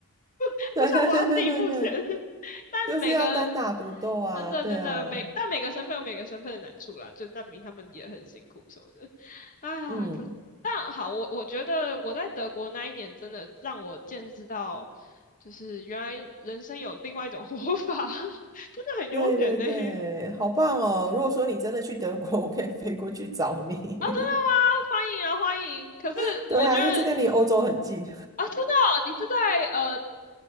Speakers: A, on the left; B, on the right.
A: 不不像我要自己付钱。
B: <laughs> 对对对对对对，
A: <laughs> 但每个
B: 就是要单打独斗啊。
A: 真的真的每但每个身份有每个身份的难处啦，
B: 对啊，
A: 就难民他们也很辛苦什么的啊。
B: 嗯。
A: 可是但好，我我觉得我在德国那一年真的让我见识到，就是原来人生有另外一种活法，<laughs> 真的很悠闲呢、
B: 对对对，
A: 啊，真的
B: 好棒哦！如果说你真的去德国，我可以飞过去找你。
A: 吗？欢迎啊，欢迎。可是我觉得
B: <laughs> 对啊，因为这边离欧洲很近，
A: 啊，真的哦你是在呃